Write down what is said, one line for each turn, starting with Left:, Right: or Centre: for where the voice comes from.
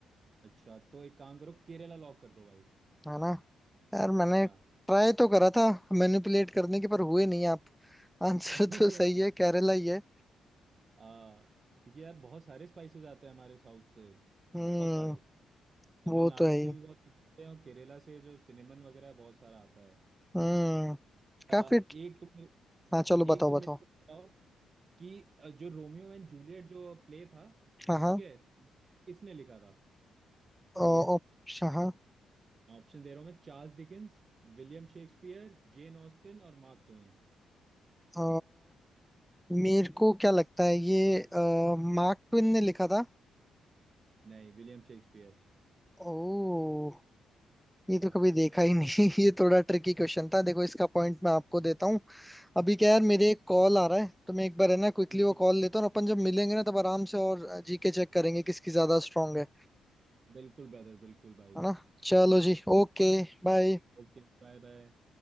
Right: अच्छा तो एक काम करो केरला लॉक कर दो भाई
Centre: है ना यार मैंने
Right: हाँ
Centre: ट्राई तो करा था मैनिपुलेट करने के पर हुए नहीं आप <laughs> आंसर
Right: <laughs>
Centre: तो सही है केरला ही है
Right: हाँ क्योंकि यार बहुत सारे स्पाइसेस आते हैं हमारे साउथ से
Centre: हम्म
Right: बहुत सारे तमिलनाडु
Centre: वो तो है ही
Right: से भी बहुत निकलते हैं और केरला से जो सिनेमन वगैरह है, बहुत सारा आता है
Centre: हम्म
Right: आ,
Centre: काफी
Right: एक तो मेरे,
Centre: हाँ चलो बताओ
Right: एक तो मेरे
Centre: बताओ
Right: को बताओ कि अ, जो रोमियो एंड जूलियट जो प्ले था
Centre: हाँ हाँ
Right: ठीक है किसने लिखा था
Centre: ऑप्शन
Right: ठीक है
Centre: हाँ
Right: ऑप्शन दे रहा हूँ मैं Charles Dickens William Shakespeare Jane Austen और मार्क ट्वेन
Centre: अ, मेरे को क्या लगता है ये मार्क ट्विन ने लिखा था
Right: नहीं विलियम शेक्सपियर
Centre: ओ ये
Right: हाँ
Centre: तो कभी देखा ही नहीं <laughs> ये थोड़ा ट्रिकी क्वेश्चन था देखो इसका पॉइंट मैं आपको देता हूँ अभी क्या यार
Right: हाँ
Centre: मेरे एक कॉल आ रहा है तो मैं एक बार है ना क्विकली
Right: ठीक
Centre: वो
Right: ठीक
Centre: कॉल
Right: ठीक
Centre: लेता हूँ और अपन जब मिलेंगे ना तब आराम से और जीके चेक करेंगे किसकी ज्यादा स्ट्रांग है
Right: बिल्कुल ब्रदर बिल्कुल भाई
Centre: है ना चलो जी
Right: चलो
Centre: ओके बाय
Right: Okay bye bye